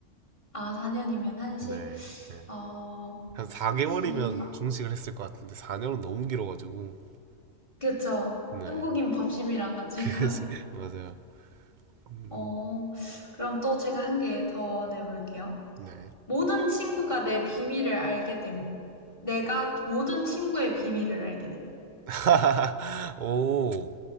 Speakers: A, on the left; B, on the right.
A: 아, 4년이면 한식?
B: 네, 네.
A: 어,
B: 한 4개월이면
A: 한식.
B: 중식을 했을 것 같은데 4년은 너무 길어가지고.
A: 그쵸.
B: 네,
A: 한국인 밥심이라가 제가.
B: 그래서
A: <laughs>
B: <laughs> 맞아요. 음,
A: 어, 그럼 또 제가 한 개 더 내볼게요.
B: 네.
A: 모든 친구가 내 비밀을 알게 됨. 내가 모든 친구의 비밀을 알게 됨.
B: <laughs> 오,